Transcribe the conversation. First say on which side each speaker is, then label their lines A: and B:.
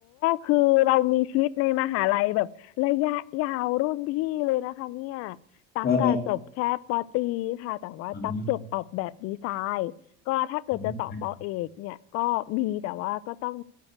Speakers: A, on the left; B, on the left.
A: คือเรามีชีวิตในมหาลัยแบบระยะยาวรุ่นพี่เลยนะคะเนี่ยตักกอะจบแค่ปอตรีค่ะแต่ว่าตักจบออกแบบดีไซน์
B: ปออ๋อ
A: ก็ถ้าเกิดจะต่อปอเอกเนี่ย
B: ผม
A: ก็มีแต่ว่าก็ต้อง